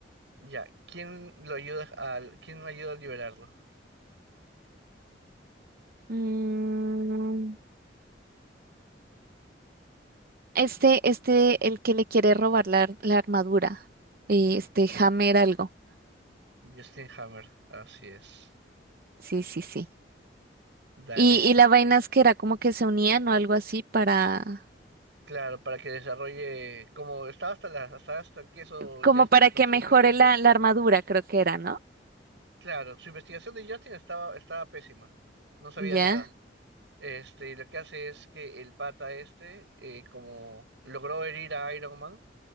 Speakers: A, on the right; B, on the right.
A: Ya, ¿quién lo ayuda al, quién ayuda a liberarlo?
B: Mm, este, este, el que le quiere robar la, ar- la armadura, eh, este Hammer algo.
A: Justin Hammer, así es.
B: Sí, sí, sí.
A: Dale,
B: Y, y la vaina es que era como que se unían o algo así para,
A: claro, para que desarrolle, como estaba hasta la, hasta, hasta el queso
B: como
A: Justin
B: para
A: con
B: que
A: su
B: mejore
A: investigación,
B: la, la armadura, creo que era, ¿no?
A: claro, su investigación de Justin estaba, estaba pésima, no sabía
B: Ya,
A: nada. Este, y lo que hace es que el pata este, eh, como logró herir a Iron Man,